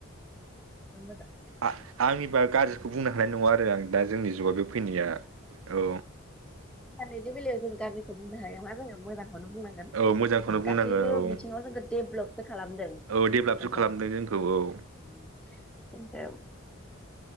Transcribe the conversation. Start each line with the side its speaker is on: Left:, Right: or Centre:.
Centre: जोबोद मोजां
Right: आ-आंनिबा गाज्रिखौ बुंनो हानाय नङा आरो आं दा जोंनि जुगाव बे फैनाया
Centre: औ इन्टारनेट
Right: औ
Centre: इन्टारनेटनि बेलायाव जों गाज्रि बुंनो हाया मा जोङो मोजां खौनो बुंनांगोन
Right: औ मोजांखौनो
Centre: ओं
Right: बुंनांगोन
Centre: गासैबो
Right: औ
Centre: बिथिङाव जोंखौ देभ्लपसो खालामदों जोंखौ
Right: औ डेभेलपसो खालामदों
Centre: ओम
Right: जोंखौ औ
Centre: नोंगौ